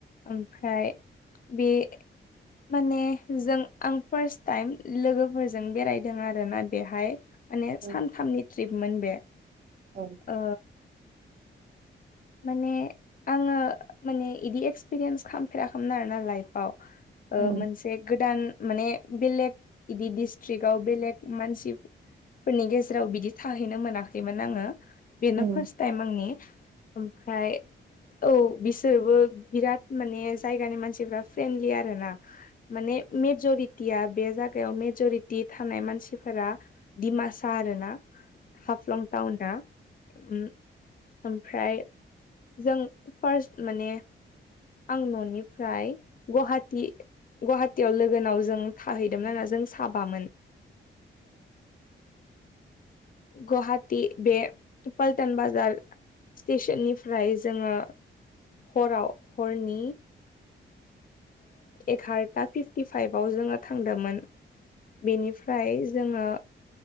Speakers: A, on the left (about 45°); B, on the right (about 45°).
A: ओमफ्राय बे माने जों आं फार्स्ट टाइम लोगोफोरजों बेरायदों आरोना बेहाय माने
B: औ
A: सानथामनि ट्रिपमोन बे
B: औ।
A: ओ माने आङो माने बिदि एक्सपिरियेन्स खालामफेराखैमोन आरोना लाइफआव
B: औ
A: मोनसे गोदान माने बेलेग बिदि डिस्ट्रिक्आव बेलेग मानसि फोरनि गेजेराव बिदि थाहैनो मोनाखैमोन आङो बेनो
B: औ
A: फार्स्ट टाइम आंनि ओमफ्राय औ बिसोरबो बिराद माने जायगानि मानसिफ फ्रेन्डलि आरो ना माने मेेजरि टिया बे जायगायाव मेज'रिटि थानाय मानसिफोरा डिमासा आरो ना। हाफ्लं टाउना उम आमफ्राय जों फार्स्ट माने आं न'निफ्राय गहाटि गहाटियाव लोगोनाव जों थाहैदोमोन आरो‌ ना जों साबामोन गहाटिबे पल्टन बाजार स्टेसननिफ्राय जोङो हराव हरनि एकारथा फिफ्टि फाइभआव जोङो थांदोंमोन बेनिफ्राय फ्राय जोङो